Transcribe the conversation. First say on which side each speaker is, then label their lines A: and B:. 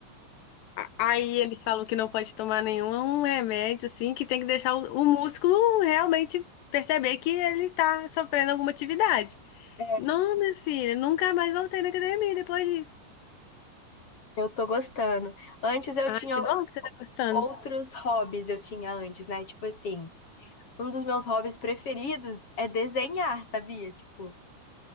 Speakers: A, on the left; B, on the left.
A: A- Aí eles falam que não pode tomar nenhum remédio, assim, que tem que deixar o, o músculo realmente perceber que ele tá sofrendo alguma atividade.
B: é.
A: Não, minha filha, nunca mais voltei na academia depois disso.
B: Eu tô gostando. Antes eu
A: Ai,
B: tinha
A: que
B: o-
A: bom que você tá gostando.
B: outros hobbies, eu tinha antes, né? Tipo assim, um dos meus hobbies preferidos é desenhar, sabia? Tipo,